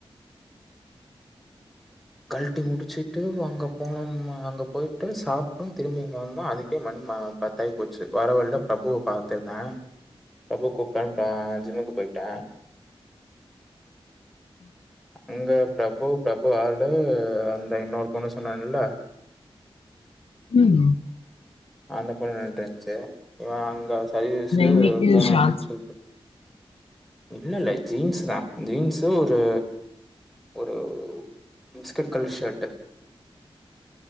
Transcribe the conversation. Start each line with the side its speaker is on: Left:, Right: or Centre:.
Centre: கழ்ட்டி முடிச்சிட்டு அங்க போனோமா அங்க போயி்ட்டு சாப்ட்டோ திரும்பி இங்க வந்தோ அதுக்கே மணி ம பத்தாயிப்போச்சு வர வழில பிரபுவ பாத்திருந்தே பிரபு கூப்ட்டானு ஆ ஜிம்முக்கு போய்ட்டே
Left: ம்
Centre: அங்க பிரபு பிரபு ஆளு அந்த இன்னொரு பொண்ணு சொன்னாங்கல்ல
Left: ம்
Centre: அந்த பொண்ணு நின்னுட்ருந்துச்சு இவ அங்க சதீஸு
Left: இன்னைக்கு
Centre: ஃபோன்
Left: ஷான்ஸ்
Centre: வந்ச்சுனு சொல்ட்டு இல்ல இல்ல ஜீன்ஸுதா ஜீன்ஸு ஒரு ஒரு பிஸ்கட் கலர் ஷர்ட்டு